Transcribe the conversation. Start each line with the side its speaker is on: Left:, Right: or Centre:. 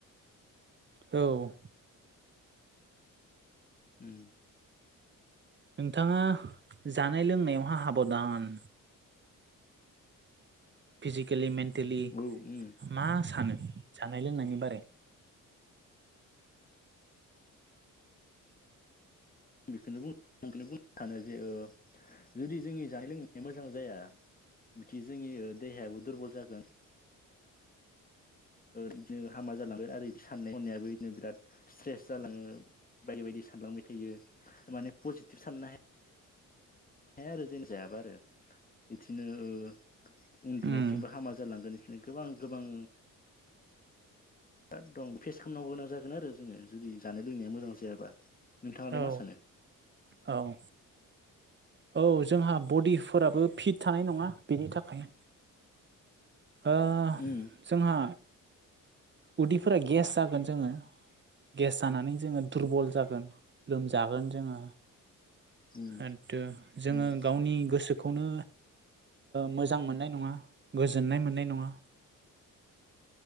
Right: औ
Left: उम
Right: नोंथाङा जानाय लोंनायावहा हाबदान फिजिकेलि मेन्टेलि
Left: औ उम
Right: मा सानो जानाय लोंनायनि बारै
Left: बेखौनो आंखौनो बुंनो सानो जे जुदि जोंनि जानाय लोंनाया मोजां जाया बिदि जोंनि देहायाबो दुरबल जागोन बिदिनो हामा जालांगोन आरो बिदि साननाय हनायाबो बिदिनो बिराद स्ट्रेस जालाङो बायदि बायदि सानलांबाय थायो माने पजिटिभ साननो हाया हाया आरो जों जायाबा आरो बिदिनो उन्दुनायथिंबो
Right: उम
Left: हामा जालांगोन गोबां गोबां दक दम फेस खालामनांगौ गोनां जागोन आरो जोङो जुदि जानाय लोंनाया मोजां जायाबा नोंथाङालाय
Right: औ
Left: मा सानो
Right: औ औ जोंहा बडिफोराबो फिट थानाय नङा बेनि थाखाय
Left: <inaudible>
Right: ओ
Left: उम
Right: जोंहा उदैफोरा गेस जागोन जोङो गेस जानानै जोङो दुरबल जागोन लोमजागोन जोङो
Left: उम
Right: आरो जोङो
Left: उम
Right: गावनि गोसोखौ खौनो मोजां मोननाय नङा गोजोननाय मोननाय नङा